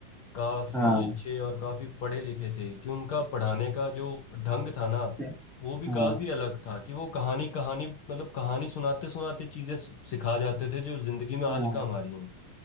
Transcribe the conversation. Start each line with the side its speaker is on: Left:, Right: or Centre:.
Left: काफी
Centre: हाँ
Left: अच्छे और काफी पढ़े लिखे थे कि उनका पढ़ाने का जो ढंग था ना
Centre: तो-
Left: वो भी
Centre: हाँ
Left: काफी अलग था कि वो कहानी कहानी मतलब कहानी सुनाते सुनाते चीजें सि- सिखा जाते थे जो जिंदगी में
Centre: हाँ
Left: आज काम आ रही हैं